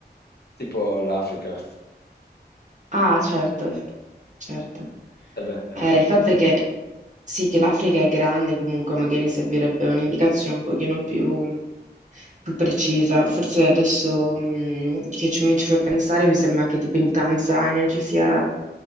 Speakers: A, on the left (about 65°); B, on the right (about 45°).
A: tipo l'Africa.
B: Ah, certo, certo.
A: E beh, eh,
B: Eh, il fatto è che sì, che l'Africa è grande, comunque magari servirebbe un'indicazione un pochino più, più precisa. Forse adesso mh, che ci- mi ci fai pensare, mi sembra che tipo in Tanzania ci sia